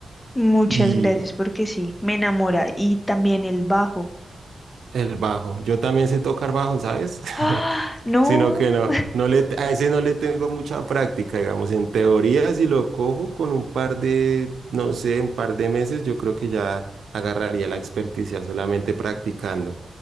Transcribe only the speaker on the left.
Muchas
gracias porque sí, me enamora. Y también el bajo.
Ah, no.